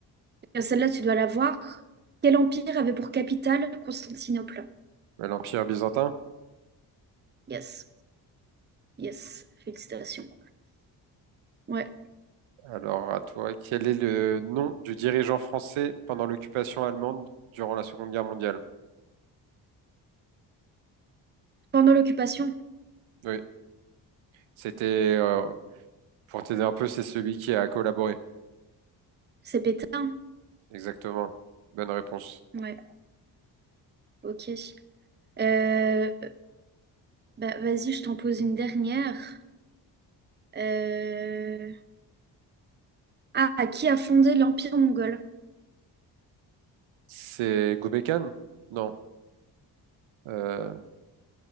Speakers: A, on the right; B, on the right.
A: euh, celle-là, tu dois la voir. Quel empire avait pour capitale Constantinople?
B: Ouais, L'Empire byzantin?
A: Yes, yes, félicitations. Ouais.
B: Alors, à toi, quel est le nom du dirigeant français pendant l'occupation allemande durant la Seconde Guerre mondiale?
A: Pendant l'occupation,
B: Oui, c'était, euh, pour t'aider un peu, c'est celui qui a collaboré.
A: c'est Pétain.
B: Exactement. Bonne réponse.
A: Ouais, ok. Euh, Bah, vas-y, je t'en pose une dernière. Euh, Ah, qui a fondé l'Empire mongol?
B: C'est Gobekhan? Non. Euh,